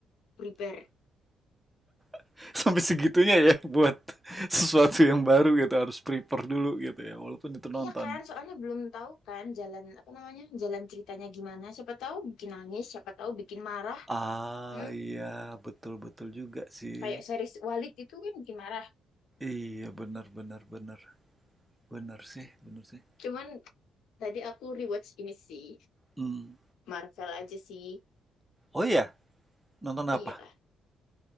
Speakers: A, on the left; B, in the centre.
A: prepare.
B: <laughs> Sampai segitunya ya buat <laughs> sesuatu
A: I-
B: yang baru gitu harus prepare dulu gitu ya, walaupun itu nonton.
A: Iya kan, soalnya belum tahu kan jalan apa namanya, jalan ceritanya gimana. Siapa tahu bikin nangis, siapa tahu bikin marah.
B: Ah,
A: Hmm?
B: iya, betul betul juga sih.
A: Kayak series Walid itu kan bikin marah.
B: Iya, benar benar benar. Benar sih, benar sih.
A: Cuman tadi aku rewatch ini sih,
B: Hmm.
A: Marvel aja sih.
B: Oh iya, nonton apa?
A: Iya.